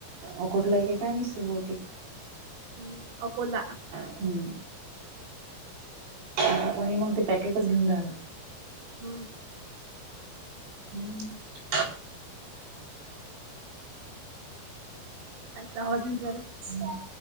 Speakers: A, on the right (about 70°); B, on the right (about 90°).
A: अकोठलं आहे
B: हा.
A: काय माहीत सुरू बहुतेक.
B: हम्म अकोला.
A: हम्म <unintelligible> आता कोणी मग ते पॅकेटच घेऊन राहिलं.
B: हम्म.
A: हम्
B: कायचा आवाज येऊन रायला
A: ह